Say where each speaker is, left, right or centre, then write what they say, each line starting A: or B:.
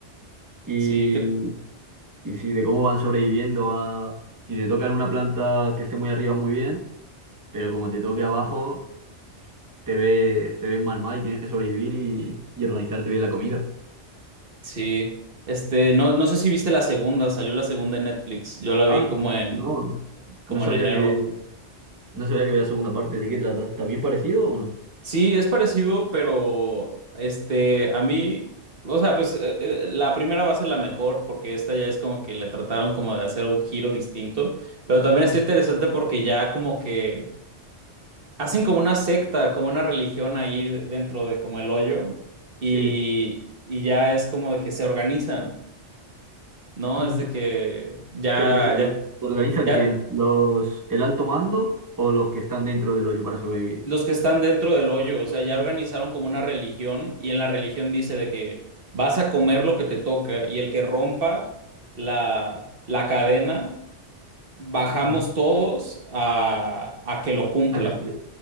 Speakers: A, on the right; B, on the right.
A: Y,
B: Sí, que
A: y sí, de cómo van sobreviviendo a... Si te tocan una planta que esté muy arriba, muy bien, pero como te toque abajo, te ves, te ves mal mal y tienes que sobrevivir y, y organizarte bien la comida.
B: sí. Este, no, no sé si viste la segunda, salió la segunda en Netflix. Yo la vi
A: Ah,
B: como en,
A: no,
B: como
A: no sabía
B: en enero.
A: que... No sabía que había segunda parte. ¿De qué trata? ¿También parecido o no?
B: Sí, es parecido, pero este, a mí, o sea, pues eh, eh, la primera va a ser la mejor, porque esta ya es como que le trataron como de hacer un giro distinto. Pero también
A: Ujú.
B: está interesante porque ya como que Hacen como una secta, como una religión ahí de- dentro de como el hoyo y,
A: Sí.
B: y ya es como de que se organizan, ¿no?
A: Ujú.
B: Es de que ya,
A: Pero que se orga-
B: ya,
A: se organizan
B: ya
A: quién? ¿Los, el alto mando o los que están dentro del hoyo para sobrevivir?
B: los que están dentro del hoyo, o sea, ya organizaron como una religión y en la religión dice de que vas a comer lo que te toca y el que rompa la, la cadena, bajamos
A: Ujú.
B: todos a, a que lo cumpla.
A: A casti-